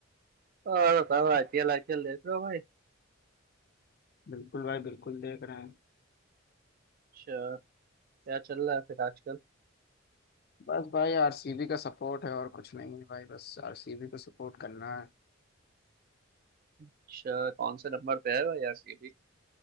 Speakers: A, on the right; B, on the left.
A: और बताओ आईपीएल आईपीएल देख रहे हो भाई
B: बिल्कुल भाई बिल्कुल देख रहे हैं
A: अच्छा क्या चल रहा है फिर आजकल
B: बस भाई आरसीबी का सपोर्ट है और कुछ नहीं है भाई बस आरसीबी को सपोर्ट करना है
A: अच्छा कौन से नंबर पे है भाई आरसीबी